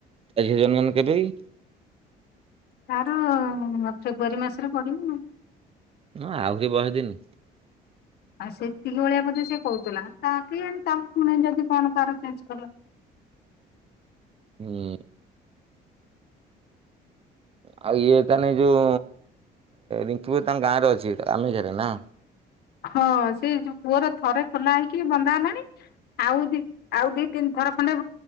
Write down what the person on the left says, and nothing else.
ତାର ଫେବୃଆରୀ ମାସରେ ପଡ଼ିବ ଆଉ।
ଆ ସେତିକି ବଳିଆ ବୋଧେ ସେ କହୁଥିଲା ତା କି ଆଣି ତା ପୁଣି ଯଦି କଣ ତାର ଚେଞ୍ଜ କରିବ।
ହଁ ସେଉ ପୁଅର ଥରେ ଖୋଲା ହେଇକି ବନ୍ଧା ହେଲାଣି। ଆଉ ଦି ଆଉ ଦି ତିନି ଥର ଖଣ୍ଡେ